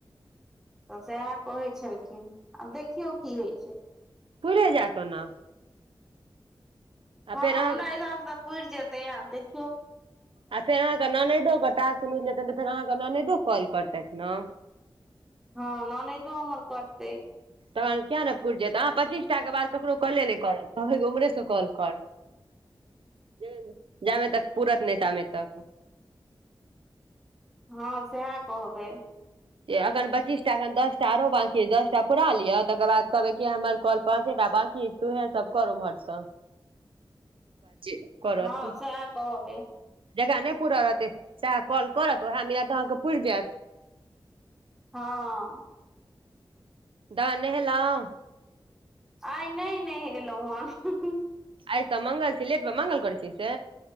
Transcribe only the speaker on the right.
पूरे जात ओना आ
फेर
अहाँके
आ फेरहाँके ननैदोटास मिल जेतनि तऽ फेर अहाँके ननैदो कॉल करतथि ने
तहन किया ने पुरि जायत अहाँ पच्चीसटा के बाद ककरो कॉले नहि करब कह उमहरे से कॉ कर
जा जाबे तक पूरत नहि ताबे तक
अखन पच्चीसटाखन दश टा आरो बाकी दस टा पुरा लिअ तकर बाद कहबै कि हमर कॉल पाँचेटा बाकी तू हे सब कर ओमरस
जी करत
जकरा नहि पूरल रहतै स कॉल करत ओएह मिन तऽ अहाँके पुर जायत
तह नेहल‌उ
आइत मंगल ची लेट बा मंगाल कोर इ छिस